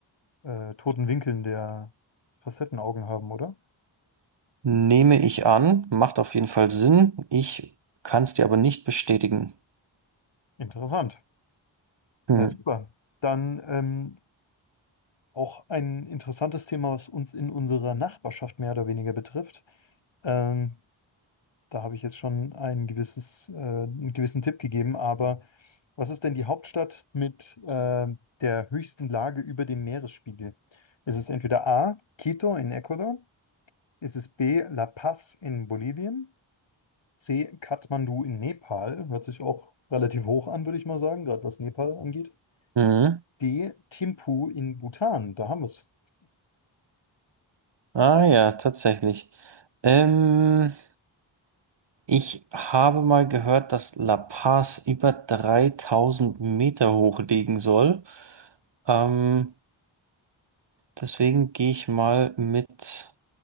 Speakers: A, on the left; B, on the right.
A: äh, toten Winkeln der Facettenaugen haben, oder?
B: Nehme ich an, macht auf jeden Fall Sinn. Ich kann es dir aber nicht bestätigen.
A: Interessant.
B: Hm.
A: Ja, super. Dann ähm, auch ein interessantes Thema, was uns in unserer Nachbarschaft mehr oder weniger betrifft. Ähm, da habe ich jetzt schon ein gewisses, äh, einen gewissen Tipp gegeben, aber was ist denn die Hauptstadt mit äh, der höchsten Lage über dem Meeresspiegel? Ist es entweder A, Quito in Ecuador? Ist es B, La Paz in Bolivien? C. Kathmandu in Nepal. Hört sich auch relativ hoch an, würde ich mal sagen, gerade was Nepal angeht.
B: Mhm.
A: D. Thimphu in Bhutan. Da haben wir es.
B: Ah ja, tatsächlich. Ähm, ich habe mal gehört, dass La Paz über 3000 Meter hoch liegen soll. Ähm, Deswegen gehe ich mal mit,